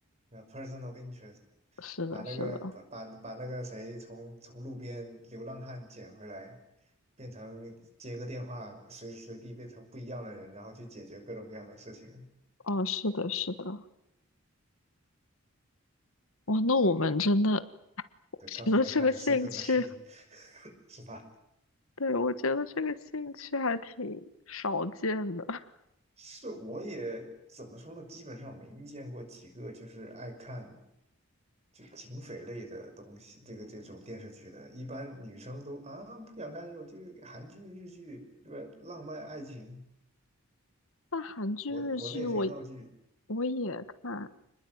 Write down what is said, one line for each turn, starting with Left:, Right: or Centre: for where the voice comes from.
Right: 呃，person a l interest，
Left: 是的，
Right: 把那个把把把那个谁从从路边流浪汉捡回来，
Left: 是的，
Right: 变成接个电话，随时随地变成不一样的人，然后去解决各种各样的事情。
Left: 哦，是的，是的。哇，那我们真的，<laughs> 我觉得这个兴趣，
Right: The government have a secret machine，<laughs> 是吧？
Left: 对，我觉得这个兴趣还挺少见的。<laughs>
Right: 是，我也怎么说呢？基本上没遇见过几个就是爱看就警匪类的东西，这个这种电视剧的，一般女生都啊不想看这种，就是韩剧、日剧，对吧？浪漫爱情。
Left: 那韩剧、
Right: 国国内肥皂剧，
Left: 日剧我我也看，